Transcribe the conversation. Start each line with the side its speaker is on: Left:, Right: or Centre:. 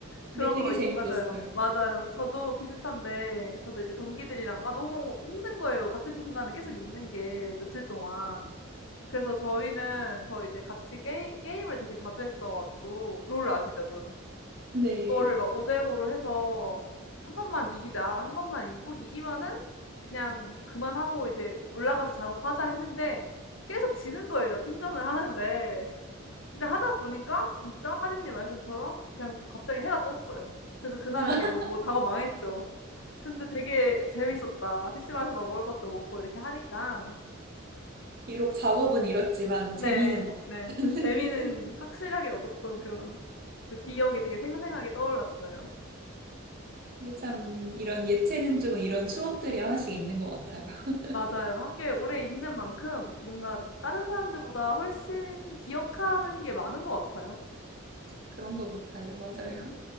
Left: 그런
Right: 근데 되게
Left: 거
Right: 재밌었어요.
Left: 있 맞아요. 맞아요. 저도 비슷한데 저도 이제 동기들이랑 아 너무 힘든 거예요, 같은 공간에 계속 있는 게 며칠 동안. 그래서 저희는 저 이제 같이 게 게임을 되게 자주 했어 가지고 롤 아시죠? 롤.
Right: 네.
Left: 그거를 막 5 대5로 해서 한 번만 이기자. 한 번만 이기고 이기면은 그냥 그만하고 이제 '올라가서 작업하자.' 했는데 계속 지는 거예요, 팀전을 하는데. 근데 하다 보니까 진짜 하진님 말씀처럼 그냥 갑자기 해가 떴어요. 그래서 그날은
Right: <laughs>
Left: 그냥 뭐 작업 망했죠. 근데 되게 재밌었다. PC방에서 막 먹을 것도 먹고 이렇게 하니까.
Right: 비록 작업은 이렇지만 재미는
Left: 네,
Right: 없
Left: 네.
Right: <laughs>
Left: 재미는 확실하게 얻었던 그런 그 기억이 되게 생생하게 떠올랐어요.
Right: 이게 참 이런 예체능 쪽은 이런 추억들이 하나씩 있는 것 같아요. <laughs>
Left: 맞아요. 학교에 오래 있는 만큼 뭔가 다른 사람들보다 훨씬 기억하는 게 많은 것 같아요.
Right: 그런 것 같아요. 맞아요.
Left: 네,